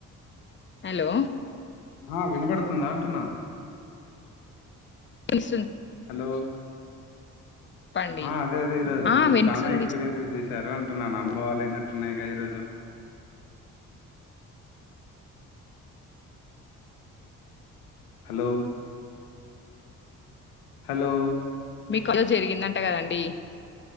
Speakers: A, on the left; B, on the left.
A: హలో
B: ఆ వినపడుతుందా అంటున్నా
A: ని
B: హలో
A: చెప్పండి.
B: అదే అదే ఈరో
A: ఆ!
B: ఈరోజు
A: వినిపిస్తుంది.
B: చనాా ఎక్స్పీరియన్సెస్ చేసి సారు అంటున్నాను అనుభవాలు అయినట్టున్నాయిగా ఈరోజు హలో హలో
A: మీకు జరిగిందంట కదండి